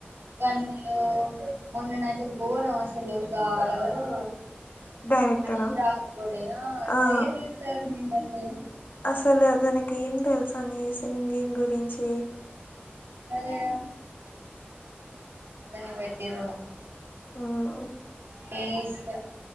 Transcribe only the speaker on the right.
గందులో మొన్ననైతే ఘోరం అసలుగా ఎవరు
అనిల్ రావ కోడ
టైర్ ఏతారుంటసలు
అదే అదని పెట్టిరు
వేస్ట్